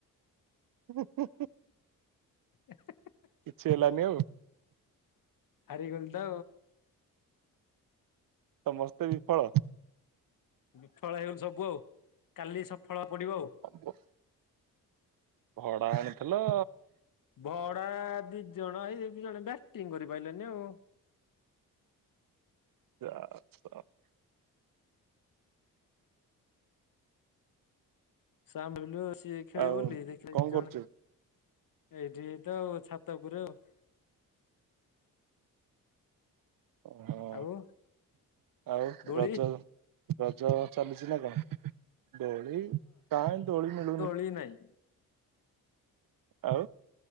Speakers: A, on the right; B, on the left.
A: ହ
B: <inaudible>
A: କିଛି ହେଲାନି ଆଉ?
B: ହାରିଗଲିତ।
A: ସମସ୍ତେ ବିଫଳ?
B: ବିଫଳ ହେଇଗଲୁ ସବୁ ଆଉ କାଲି ସଫଳ ହବାକୁ ପଡ଼ିବ ଆଉ।
A: <inaudible> ଭଡ଼ା ଆଣିଥିଲ
B: ଭଡ଼ା ଦିଜଣ ଆଇ ଦିଜଣ ବ୍ୟାଟିଂ କରିପାରିଲେନି ଆଉ।
A: <unintelligible>
B: ସାଆମେ ଭାବିଲୁ ସିଏ ଖେଳିବ
A: ଆଉ
B: ବୋଲି ଦେଖିଲେ ବେଳୁ
A: କଣ
B: ଜଣେ
A: କରୁଛୁ
B: ଏଇଠିତ ଛାତପୁରରେ ଆଉ।
A: ଓହଁ
B: ଆଉ
A: ଆଉ
B: ଦୋଳି
A: ରଜ ରଜ ଚାଲୁଚି ନାକଣ ଦୋଳି କାଇଁ ଦୋଳି ମିଳୁନି।
B: କିନାଇଁ
A: ଆଉ।